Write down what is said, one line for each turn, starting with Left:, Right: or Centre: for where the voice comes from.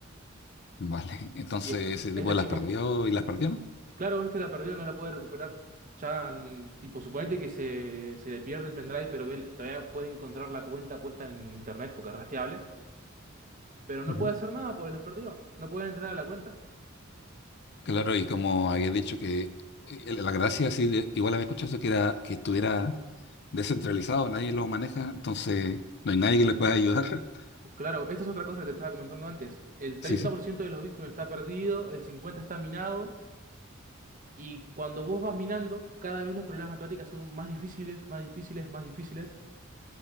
Left: Vale. Entonces
Right: Y es-
Left: ese
Right: este
Left: tipo las
Right: chico,
Left: perdió y las perdió, ¿no?
Right: claro, este la perdió, no la puede recuperar. Ya, mm, tipo, suponete que se, se le pierde el pendrive, pero ve la- todavía puede encontrar la cuenta puesta en internet porque es rastreable, pero no
Left: Ujú.
Right: puede hacer nada porque los perdió, no puede entrar a la cuenta.
Left: Claro, y como había dicho que eh, la gracia sí, de, igual había escuchado eso que era que estuviera descentralizado, nadie lo maneja, entonces no hay nadie que les pueda ayudar. <laughs>
Right: Claro, esto es otra cosa que te estaba comentando antes. El treinta
Left: Sí, sí.
Right: por ciento de los bitcoins está perdido, el 50% está minado, Y cuando vos vas minando, cada vez los problemas matemáticos son más difíciles, más difíciles, más difíciles.